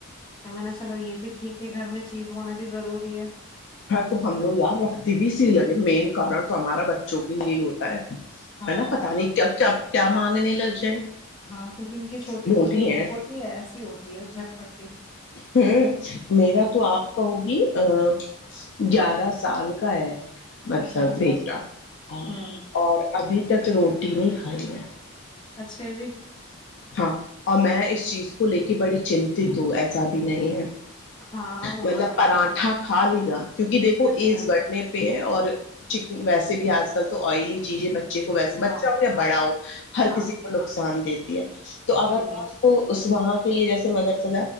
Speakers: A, on the left (about 20°); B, on the left (about 55°).
A: میں نے چلو یہ بھی ٹھیک ہے گھر میں چیز ہونا بھی ضروری ہے
B: تو ہم لوگ یار رکھتے بھی سی لگے مین کارن تو ہمارا بچوں کے لیے ہی ہوتا ہے
A: ہاں
B: ہے نا پتا نہیں کیا کیا کیا مانگنے لگ جائیں
A: ہاں کیونکہ ان کی چھوٹی
B: موڈی
A: موٹی بھوک
B: ہیں
A: ہوتی ہے ایسی ہوتی ہے جٹ پٹ کے
B: ہوں میرا <unintelligible> گیارہ سال کا ہے مطلب
A: اچھا اچھا
B: بیٹا ہاں
A: ہوں
B: اور ابھی تک رو روٹی نہیں کھائیے ہے
A: اچھا جی
B: ہاں اور میں اس چیز کو لے کے بڑی چنتت ہو ایسا بھی نہیں ہے
A: ہاں ہونا
B: مطلب
A: پڑتا
B: پراٹھا
A: ہے
B: کھا لیے گا کیونکہ دیکھو
A: اچھا
B: ایج بڑنے پر پہ ہے اور ویسے بھی آج کل تو آئلی چیزیں بچے کو ویسے
A: ہاں
B: بچا ہو یا بڑا ہو ہر
A: ہاں
B: کسی نقصان دیتی ہے تو اگر
A: جی
B: میں
A: جی
B: اس کو اس وہاں کے لیے جیسے مدرس